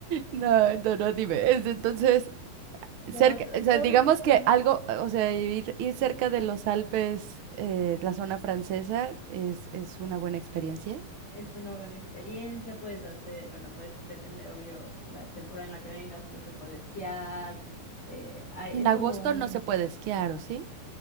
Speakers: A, on the right (about 70°); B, on the left (about 45°).
A: No, no, no, dime. es- Entonces, cerca,
B: No, to
A: o sea,
B: toda
A: digamos
B: esa zona
A: que algo, o sea, ir, ir cerca de los Alpes, eh, la zona francesa, es, es una buena experiencia.
B: es una buena experiencia, puedes hacer, bueno, pues depende, obvio, la temporada en la que vengas, pero se puede esquiar, eh, hay
A: En
B: es
A: agosto
B: como un
A: no se puede esquiar, ¿o sí?